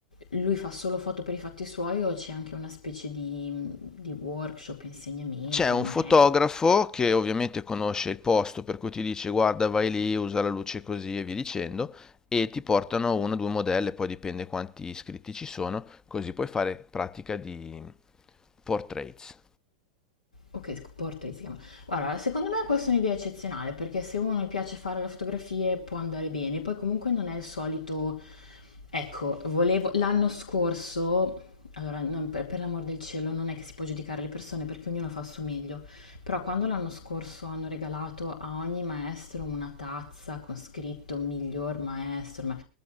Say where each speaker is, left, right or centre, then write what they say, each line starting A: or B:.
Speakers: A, on the left; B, on the left.
A: lui fa solo foto per i fatti suoi o c'è anche una specie di, di workshop, insegnamento,
B: C'è un
A: un maestro?
B: fotografo che ovviamente conosce il posto per cui ti dice guarda vai lì, usa la luce così e via dicendo e ti portano una o due modelle, poi dipende quanti iscritti ci sono, così puoi fare pratica di portraits.
A: Ok, portrait si chiama. Guarda, secondo me questa è un'idea eccezionale perché se uno gli piace fare le fotografie può andare bene, poi comunque non è il solito... Ecco, volevo... L'anno scorso, allora non- per, per l'amor del cielo non è che si può giudicare le persone perché ognuno fa il suo meglio, però quando l'anno scorso hanno regalato a ogni maestro una tazza con scritto miglior maestro, ma